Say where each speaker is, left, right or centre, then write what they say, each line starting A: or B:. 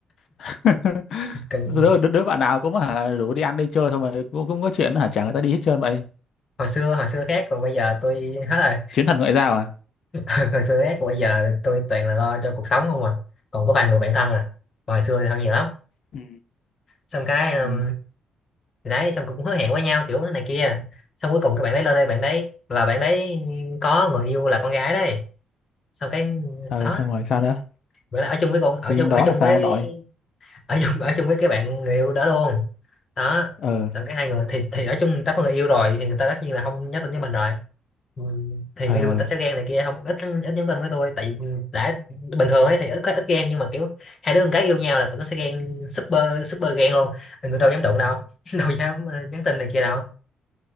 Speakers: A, on the left; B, on the left.
A: <laughs>
B: còn
A: đứa, đứa, đứa bạn nào cũng hả rủ đi ăn đi chơi xong rồi cũng, cũng có chuyện hả chả người ta đi hết trơn vậy
B: hồi xưa hồi xưa khác còn bây giờ tôi hết rồi
A: chiến thần ngoại giao à
B: <laughs> hồi xưa khác còn bây giờ tôi toàn là lo cho cuộc sống không à còn có vài người bạn thân à còn hồi xưa thì thân nhiều lắm
A: Ừ.
B: xong cái um,
A: ừ
B: thì đấy xong cũng hứa hẹn với nhau kiểu này kia xong cuối cùng các bạn đấy lên đây bạn đấy là bạn đấy có người yêu là con gái đấy xong cái
A: ờ
B: đó
A: xong rồi sao nữa
B: bữa đó ở chung với con ở
A: tự
B: chung
A: nhiên
B: ở
A: đó
B: chung
A: là sao
B: với
A: ông nội
B: ở chung ở chung với cái bạn người yêu đó luôn đó
A: ờ
B: xong cái hai người thì thì ở chung người ta có người yêu rồi thì người ta tất nhiên là không nhắn tin với mình rồi Ừ, thì
A: ờ
B: người yêu người ta sẽ ghen này kia không ít ít nhắn tin với tôi tại vì đã bình thường ấy thì ít ít ghen nhưng mà kiểu hai đứa con gái yêu nhau là tụi nó sẽ ghen super super ghen luôn người đâu dám đụng đâu <laughs> đâu dám ờ, nhắn tin này kia đâu